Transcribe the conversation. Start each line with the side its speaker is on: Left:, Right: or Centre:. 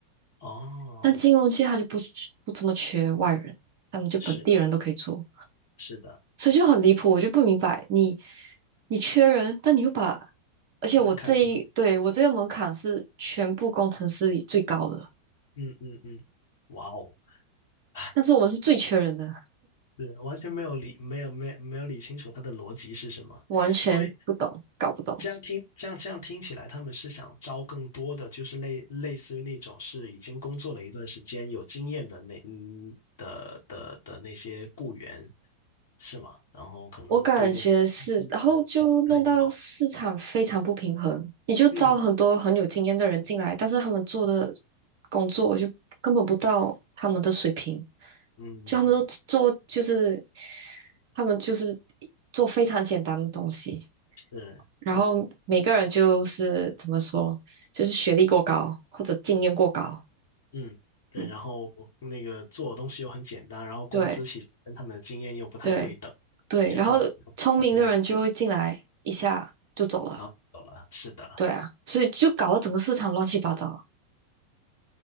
Left: 哦，
Right: 但金融界他就不不怎么缺外人，他们就本地人都可以做。
Left: 是是的，
Right: 所以就很离谱，我就不明白你你缺人，但你又把，而且我这一对我这个门槛是全部工程师里最高的，
Left: 门槛条，嗯嗯嗯，哇哦，<laughs>
Right: 但是我们是最缺人的，
Left: 是完全没有理没有没有没有理清楚它的逻辑是什么，
Right: 完全不懂，
Left: 所以
Right: 搞不懂。
Left: 这样听，这样这样听起来，他们是想招更多的，就是类类似于那种是已经工作了一段时间、有经验的那嗯的的的那些雇员，是吗？然后可能对那些嗯嗯这不太友好。
Right: 我感觉是，然后就弄到市场非常不平衡，你就招很多很有经验的人进来，
Left: 嗯
Right: 但是他们做的工作就根本不到他们的水平，
Left: 嗯，
Right: 就他们都做就是他们就是做非常简单的东西。
Left: 是是
Right: 然后每个人就是怎么说，就是学历过高或者经验过高，
Left: 嗯对，
Right: 嗯，
Left: 然后那个做的东西又很简单，然后工资其实跟他们的经验又不太对等，
Right: 对对对，
Left: 就造成矛盾，
Right: 然后聪明的人就会进来一下就走了，
Left: 然后走了。是的，
Right: 对啊，所以就搞得整个市场乱七八糟，